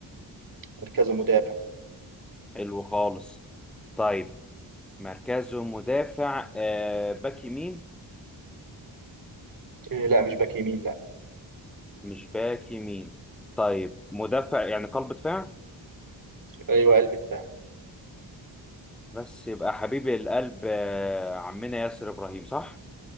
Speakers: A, on the right; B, in the centre.
A: مركزه مدافع
B: حلو خالص طيب مركزه مدافع آه باك يمين
A: آه لا مش باك يمين لا
B: مش باك يمين طيب مدافع يعني قلب دفاع
A: أيوه قلب دفاع
B: بس يبقى حبيب القلب آه عمنا ياسر ابراهيم صح